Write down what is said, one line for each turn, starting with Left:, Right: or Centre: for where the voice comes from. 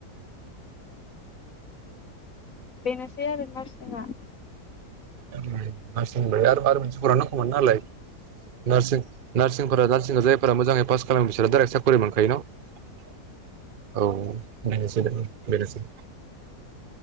Left: बेनोसै आरो नारसिङा
Right: ओमफ्राय <unintelligible> मानसि बाय आरो मायो मोनसे बरनां गौ नालाय नारसिं नारसिं जायफोरा मोजाङै पास खालामो बिसोर डाइरेक्ट सा खरि मोनखायो न' औ बेनोसै बेनोसै